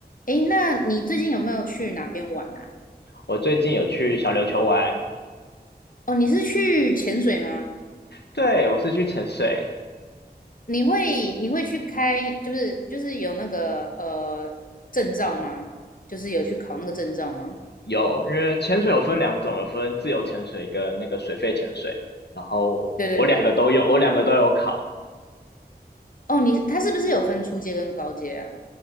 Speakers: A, on the left (about 55°); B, on the left (about 75°).
A: 诶，那你最近有没有去哪边玩啊？
B: 我最近有去小琉球玩，
A: 哦，你是去潜水吗？
B: 对，我是去潜水，
A: 你会你会去开，就是就是有那个呃证照吗？就是有去考那个证照吗？
B: 有，因为潜水有分两种，有分自由潜水跟那个水肺潜水，然后我两个都有，
A: 对对对。
B: 我两个都有考，
A: 哦，你他是不是有分初阶跟高阶啊？